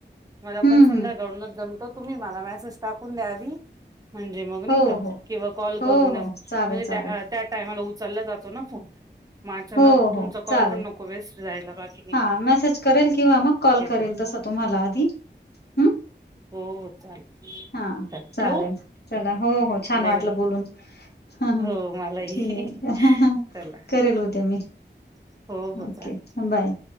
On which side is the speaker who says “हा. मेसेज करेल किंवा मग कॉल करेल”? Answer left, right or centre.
Left